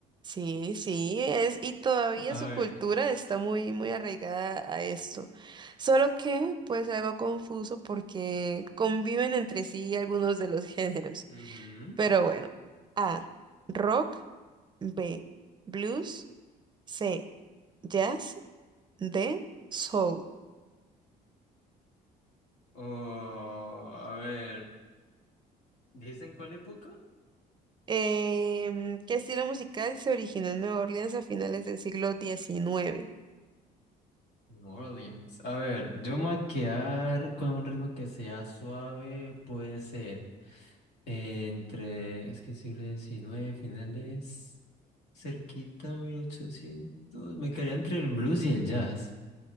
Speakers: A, on the right (about 25°); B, on the left (about 75°).
A: Sí, sí, es, y todavía
B: A
A: su
B: ver.
A: cultura está muy, muy arraigada a esto. Solo que, pues, algo confuso porque conviven entre sí algunos de los <laughs> géneros.
B: ujú.
A: Pero bueno, A, rock, B, blues, C, jazz, D, soul.
B: Oh, a ver. ¿Dijiste en cuál época?
A: Em, ¿qué estilo musical se originó en Nueva Orleans a finales del siglo diecinueve?
B: New Orleans. A ver, yo me voy a quedar con un ritmo que sea suave, puede ser eh, entre, es que siglo diecinueve finales, cerquita, 1800, me quedaría entre el blues y el jazz.